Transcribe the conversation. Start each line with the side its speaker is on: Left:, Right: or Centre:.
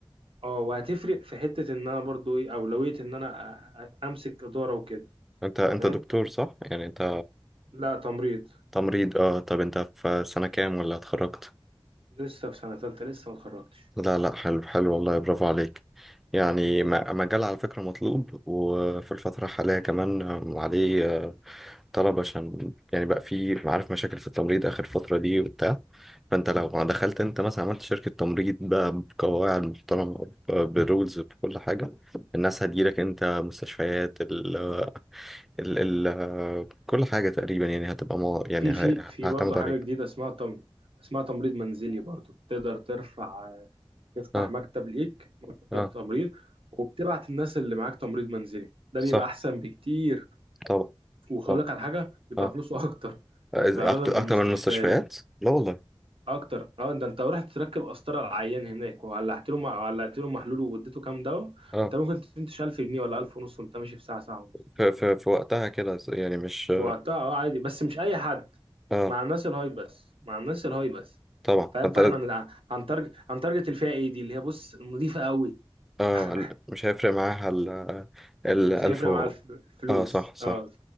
Right: اه وهتفرق في حتة ان انا برضو ايه اولوية ان انا أ- أ- امسك ادارة وكده
Centre: انت انت
Right: فاهم
Centre: دكتور صح يعني انت
Right: لا تمريض
Centre: تمريض اه طب انت في سنه كام ولا اتخرجت
Right: لسه في سنة تالتة لسه ما اتخرجتش
Centre: لا لا حلو حلو والله برافو عليك يعني م- مجال على فكره مطلوب وفي الفتره الحاليه كمان آه، عليه آه، طلب عشان يعني بقى في عارف مشاكل في التمريض آخر فترة دي وبتاع فأنت لو ما دخلت أنت مثلا عملت شركة تمريض بقى بقواعد محترمة ب- برولز بكل حاجة الناس هتجيلك أنت مستشفيات ال ال ال كل حاجة تقريبا يعني هتبقى مو يعني
Right: في
Centre: ه-
Right: في في
Centre: هعتمد
Right: برضو حاجة
Centre: عليك
Right: جديدة اسمها تم اسمها تمريض منزلي برضو تقدر ترفع تفتح
Centre: اه
Right: مكتب ليك مكتب
Centre: اه
Right: تمريض وبتبعت الناس اللي معاك تمريض منزلي ده
Centre: صح
Right: بيبقى احسن بكتير
Centre: طب
Right: وخولك
Centre: طب
Right: على حاجة بيبقى
Centre: اه
Right: فلوسه <laughs> اكتر
Centre: إذا
Right: بأمانة
Centre: أكت-
Right: من
Centre: أكتر
Right: المستشفيات
Centre: من المستشفيات لا والله
Right: اكتر اه ده انت رحت تركب قسطره على العيان هناك وولعت له مع- ولعت له محلول واديته كام دواء
Centre: اه
Right: انت ممكن تنتش 1000 جنيه ولا 1000 ونص وانت ماشي في ساعه ساعه ونص
Centre: في في في وقتها كده يعني مش
Right: في وقتها اه عادي بس مش اي حد
Centre: اه
Right: مع الناس الهاي بس مع الناس الهاي بس
Centre: طبعا
Right: فاهم
Centre: فانت
Right: فاحنا هن- هنتارجت هنتارجت الفئه ايه دي اللي هي بص نظيفه قوي
Centre: اه
Right: <laughs>
Centre: ال- مش هيفرق معاها ال ال ألف
Right: مش هيفرق
Centre: و...
Right: معاها الف- الفلوس
Centre: اه صح صح
Right: اه